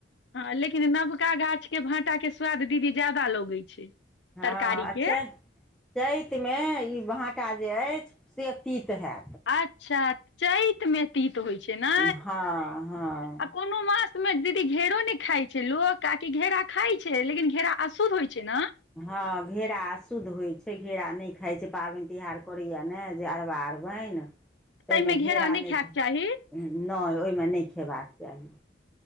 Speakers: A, on the left; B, in the centre.
A: हँ लेकिन नवका गाछके भाटाके स्वाद दीदी ज्यादा लगै छै
B: हँ
A: तरकारी
B: अच्छा
A: के
B: चैतमे ई वहाँ एकटा जे अछि से तित हैत
A: अच्छा चैत मे तीत होइ छै ने
B: हँ हँ
A: आ कोनो मास मे दीदी घेरो ने खाइ छै लोक काकि घेरा खाइ छै लेकिन घेरा अशुद्ध होइ छै ने
B: हँ घेरा अशुद्ध होइत छै घेरा नहि खाइत छै पाबनि तिहार करैए ने जे अरबा अरुयैन
A: ताहिमे
B: तहिमे घेरा नहि
A: खायके चाही
B: नहि ओहिमे नहि खेबाक चाही